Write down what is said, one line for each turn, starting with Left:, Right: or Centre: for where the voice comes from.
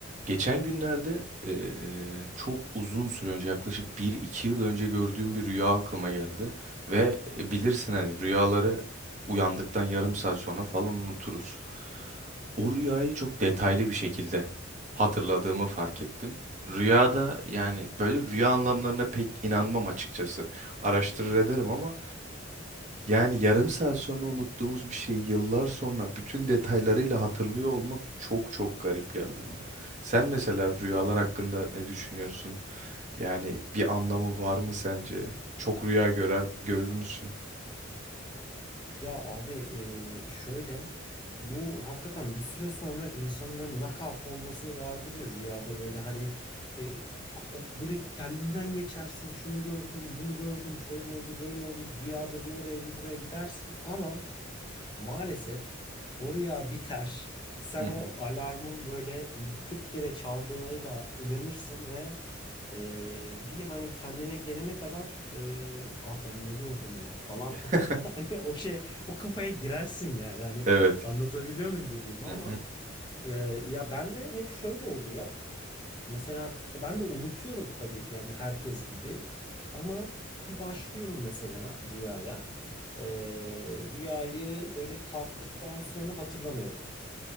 Right: Geçen günlerde eee, çok uzun süre önce yaklaşık bir iki yıl önce gördüğüm bir rüya aklıma geldi. Ve e, bilirsin hani rüyaları uyandıktan yarım saat sonra falan unuturuz. O rüyayı çok detaylı bir şekilde hatırladığımı fark ettim. Rüyada yani böyle rüya anlamlarına pek inanmam açıkçası. Araştırır ederim ama yani yarım saat sonra unuttuğumuz bir şeyi yıllar sonra bütün detaylarıyla hatırlıyor olmak çok çok garip geldi bana. Sen mesela rüyalar hakkında ne düşünüyorsun? Yani bir anlamı var mı sence? Çok rüya görer, görür müsün?
Left: Ya abi e, şöyle bu hakikaten bir süre sonra insanın böyle knockout olması vardır ya rüyada böyle hani e, o- böyle kendinden geçersin şunu gördüm bunu gördüm şöyle oldu böyle oldu rüyada bir oraya bir buraya gidersin ama maalesef o rüya biter. <laughs> Sen
Right: Hı hı.
Left: o alarmın böyle 40 kere çaldığıyla uyanırsın ve ee, bir hani kendine gelene kadar e, abi ben ne gördüm ya falan
Right: <laughs>
Left: <laughs> hani o şey o kafaya girersin yani hani
Right: Evet.
Left: anlatabiliyor muyum dediğimi
Right: Hı
Left: ama
Right: hı.
Left: e, ya ben de hep şöyle oluyor Mesela ben de unutuyorum tabii yani herkes gibi ama bir başlıyorum mesela rüyaya. Ee, rüyayı böyle kalktıktan sonra hatırlamıyorum önce.